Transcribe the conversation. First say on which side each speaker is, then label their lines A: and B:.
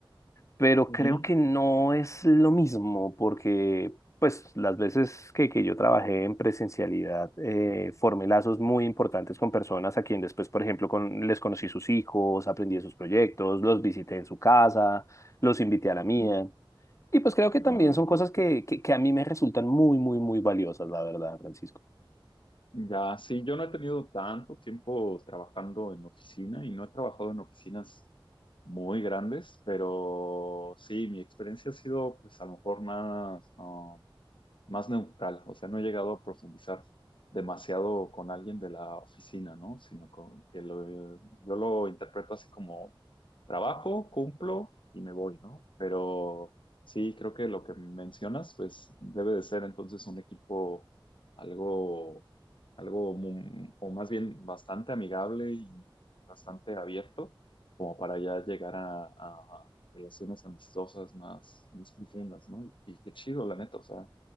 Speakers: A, on the left; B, on the left.
A: pero
B: Ujú.
A: creo que no es lo mismo porque pues las veces que, que yo trabajé en presencialidad eh, formé lazos muy importantes con personas a quien después, por ejemplo, con, les conocí sus hijos, aprendí de sus proyectos, los visité en su casa, los invité a la mía.
B: Ujú.
A: Y pues creo que
B: Ah,
A: también son cosas
B: ok.
A: que, que, que a mí me resultan muy, muy, muy valiosas, la verdad, Francisco.
B: Ya, sí, yo no he tenido tanto tiempo trabajando en oficina y no he trabajado en oficinas muy grandes, pero sí, mi experiencia ha sido pues a lo mejor más, ah, más neutral, o sea, no he llegado a profundizar demasiado con alguien de la oficina, ¿no? Sino con, que lo, yo lo interpreto así como Trabajo, cumplo y me voy, ¿no? Pero sí, creo que lo que mencionas, pues debe de ser entonces un equipo algo, algo, mu- o más bien bastante amigable y bastante abierto, como para ya llegar a, a relaciones amistosas más, más profundas, ¿no? Y, y qué chido, la neta, o sea,